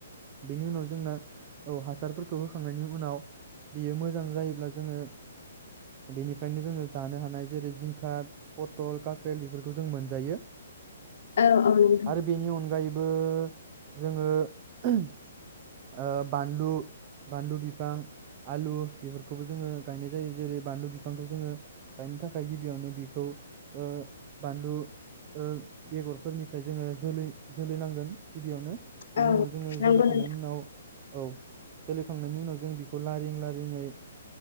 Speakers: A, on the right (about 35°); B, on the left (about 65°).
A: बेनि उनाव जोंना औ हा हासारफोरखौ होखांनायनि उनाव बेयो मोजां जायोब्ला जोंङो बेनिफ्रायनो जोंङो जानो हानाय जेरै जिंखा पथल काख्रेल बेफोरखौ जों मोनजायो।
B: औ औ नोंथां
A: आरो बेनि अनगायै बो जोंङो ओ बानलु-बानलु बिफां आलु बेफोरखौबो जोंङो गायनाय जायो जेरै बानलु बिफांखौ जोंङो गायनो थाखाय गिबियावनो बेखौ ओ बानलु ओ बेगरफोरनि फ्राय जोंङो जोलै-जोलै नांगोन गिबियावनो। बेनि
B: औ
A: उनाव जोंङो
B: नंगौ
A: जोलैखांनायनि
B: नोंथां
A: उनाव औ जोलैखांनायनि उनाव जों बेखौ लारिं लारिंङै